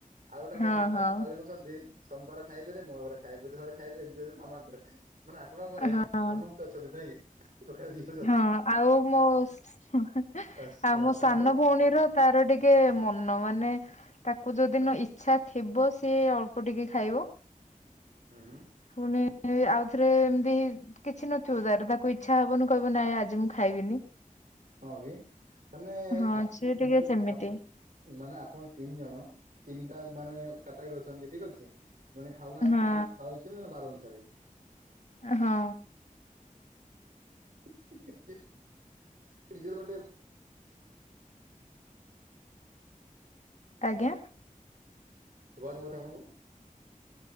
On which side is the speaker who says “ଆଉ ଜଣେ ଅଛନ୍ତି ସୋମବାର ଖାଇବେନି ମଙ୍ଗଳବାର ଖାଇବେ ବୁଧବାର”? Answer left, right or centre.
Right